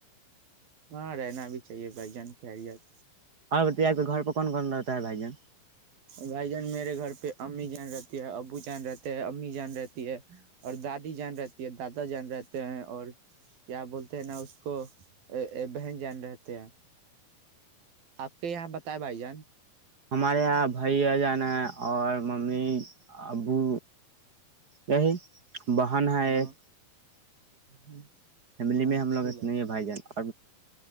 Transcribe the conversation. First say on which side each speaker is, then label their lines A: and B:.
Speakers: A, on the right; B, on the right.
A: ہاں رہنا بھی چاہیے بھائی جان خیریت
B: اوراں ب گھر پ کون کون رہتا ہے بھائی جان
A: بھائی جان میرے گھر پہ امی جان رہتی ہے ابو جان رہتے ہیں امی جان رہتی ہے اور دادی جان رہتی ہے دادا جان رہتے ہیں اور کیا بولتے ہیں نا اس کو بہن جان رہتے ہیں آپ کے یہاں بتائے بھائی جان
B: ہمارے یہاں بھائی اجانا ہے اور ممی ابو یہی باہان ہے
A: ہاں
B: ایک ہ ہ فیملی
A: ہاں
B: میں
A: اچھی
B: ہم لوگ اتنے
A: بات
B: ہیں بھائی جان اور